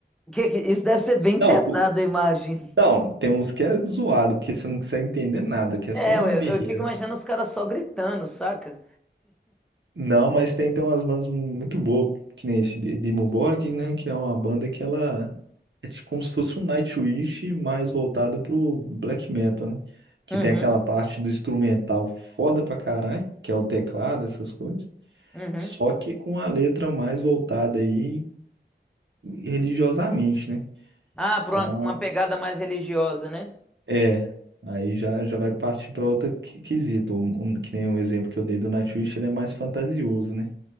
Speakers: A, in the centre; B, on the right.
A: Que, que- isso deve ser bem
B: Não,
A: pesado,
B: pô,
A: eu imagino.
B: não, tem uns que é zoado, porque você não consegue entender nada, que é
A: É,
B: só
A: eu, eu
B: berreira.
A: fico imaginando os caras só gritando, saca?
B: Não, mas tem, tem umas bandas muito boas, que nem esse D- Dimmu Borg, né? Que é uma banda que ela é tipo como se fosse um Nightwish mais voltado pro black metal, né? Que
A: Uhum,
B: tem aquela parte do instrumental foda pra caralho, que é o teclado, essas coisas.
A: uhum.
B: Só que com a letra mais voltada aí religiosamente, né?
A: Ah, pra
B: Então,
A: uma, uma pegada mais religiosa, né?
B: é, aí já, já vai partir para outro qui- quesito. Um- um- que nem o exemplo que eu dei do Nightwish, ele é mais fantasioso, né?